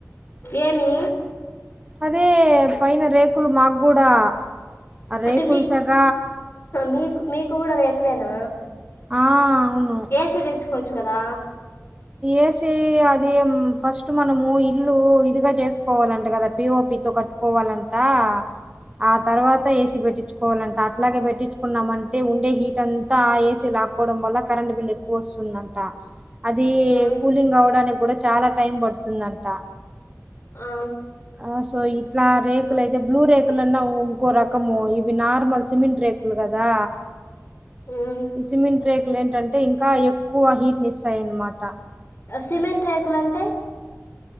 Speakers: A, on the left; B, on the right.
A: ఏమి
B: అదే పైన రేకులు మాకు కూడా ఆ రేకులు
A: అంటే మీకు
B: సెగ
A: మీకు మీకు కూడా అట్లేనా
B: ఆ అవును
A: ఏసీ తెచ్చుకోవచ్చు కదా
B: ఏసి అది ఏం ఫస్ట్ మనము ఇల్లు ఇదిగా చేసుకోవాలండి కదా పిఓపితో కట్టుకోవాలంటా ఆ తర్వాత ఏసీ పెట్టి పెట్టించుకోవాలంట అట్లాగే పెట్టించుకున్నామంటే ఉండే హీట్ అంతా ఏసీ లాక్కోవడం వల్ల కరెంట్ బిల్ ఎక్కువ వస్తుందంట అది
A: ఉమ్
B: కూలింగ్ కావడానికి కూడా చాలా టైం పడుతుందంట
A: ఆ
B: ఆ సో ఇట్లా రేక్లుయితే బ్లూ రేక్. నేనా వూ. క్కురకము ఇవి నార్మల్ సిమెంట్ రే. కూల్ కదా
A: ఉమ్
B: ఇ సిమెంట్ రేక్ ఏంటంటే ఇంకా ఎక్కువ హీట్ ని ఇస్తాయి అనమాట
A: సిమెంట్ రేకులు అంటే